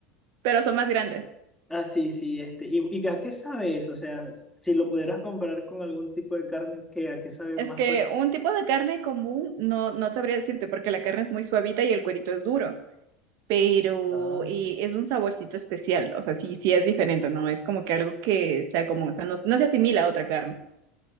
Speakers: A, on the right (about 60°); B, in the centre.
A: Pero son más grandes.
B: Ah, sí, sí, este. ¿Y, y a qué sabe eso? O sea, si lo pudieras comparar con algún tipo de carne, ¿qué, a qué sabe
A: Es
B: más
A: que
B: parecido?
A: un tipo de carne común no, no sabría decirte porque la carne es muy suavita y el cuerito es duro, pero
B: Ah,
A: eh, es un saborcito especial, o sea, sí, sí es diferente, no es como que algo que sea común, o sea, no, no se asimila a otra carne.